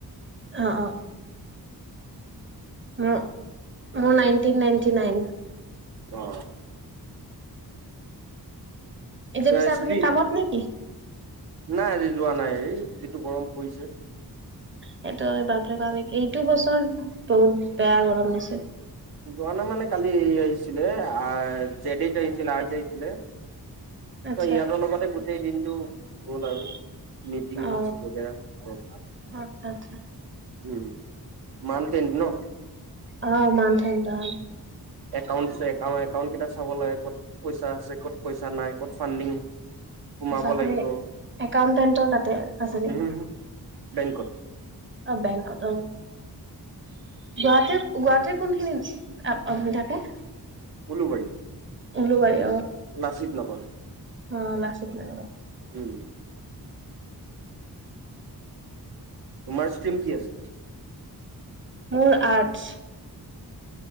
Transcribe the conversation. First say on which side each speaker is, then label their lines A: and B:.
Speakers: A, on the right; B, on the right.
A: অ অ ম মোৰ নাইনট নাইট নাইন
B: অ
A: এতিয়া পিছে
B: এ
A: আপুনি
B: স্ত
A: কামত নে কি
B: নাই আজি যোৱা নাই এই যিটো গৰম পৰিছে
A: সেইটো ব কাৰণ এইটো বছৰ বহুত বেয়া গৰম দিছে
B: যোৱা নে মানে কালি আহিছিলে জেড আহিছিলে আ আহিছিলে
A: আচ্ছা
B: ত সিহঁতৰ লগতে গোটেই দিনটো গল আৰু মিটিং
A: অ
B: বাগে চব
A: আচ্ছা আচ্ছা
B: উম মান তেট ন
A: অ মাউন্টেইন ডাউন
B: অকাউণ্টছে অকাউট অকাউট কেটা ঠাব লাগে ক'ত পইচা আছে ক'ত পইচা নাই ক'ত ফাণ্ডিং সোমাব
A: আচছা আপুনি
B: লাগিব
A: একাউন্টেন্টৰ তাতে আছে নেকি
B: উম হু, বেংকত
A: অ বংকত গুৱাহাটীৰ গুৱাহাটীৰ কোনখিনি হৈ থাকে
B: উলু বাই
A: গলো বাৰী
B: লাচিত নগৰ
A: অ লাচিত নাগ
B: উম তোমাৰ ষ্ট্ৰ্ৰীম কি আছিলে
A: মোৰ আৰ্টছ